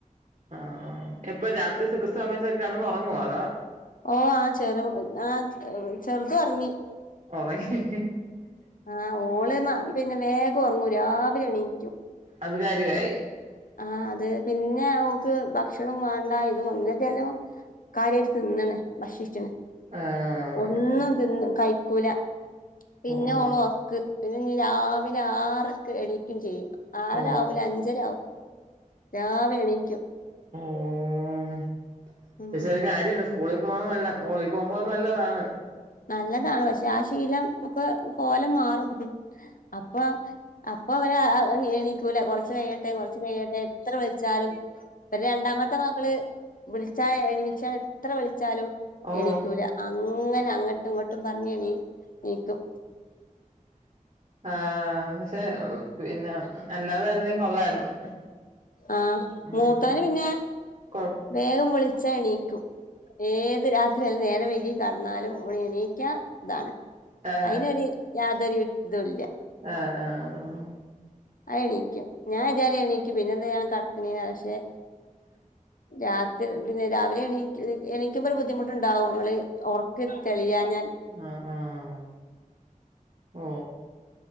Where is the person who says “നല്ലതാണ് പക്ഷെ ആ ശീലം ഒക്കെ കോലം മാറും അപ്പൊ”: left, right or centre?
Left